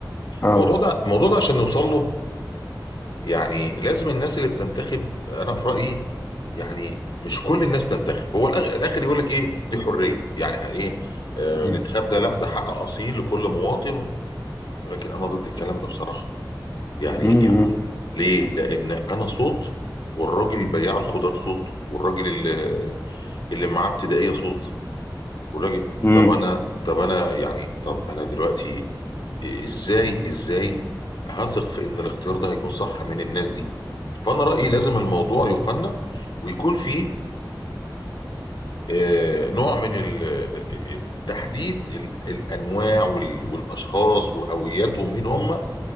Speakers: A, on the left; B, on the left.
A: اه
B: الموضوع ده الموضوع ده عشان نوصل له يعني لازم الناس اللي بتنتخب انا في رايي يعني مش كل الناس تنتخب هو الأخ- الاخر يقول لك ايه دي حريه يعني ه- ايه آه
A: امم
B: الانتخاب ده لا ده حق اصيل لكل مواطن ولكن انا ضد الكلام ده بصراحه يعني
A: امم
B: يعني
A: امم
B: ليه لان انا صوت والراجل بياع الخضار صوت والراجل اللي, اللي معاه ابتدائيه صوت والراجل
A: امم.
B: طب انا طب انا يعني طب انا دلوقتي ازاي ازاي هثق في ان الاختيار ده هيكون صح من الناس دي فأنا رأيي لازم الموضوع يقنن ويكون فيه آه، نوع من ال- آه، آه، تحديد ال- الأنواع وال- والأشخاص وهوياتهم مين هم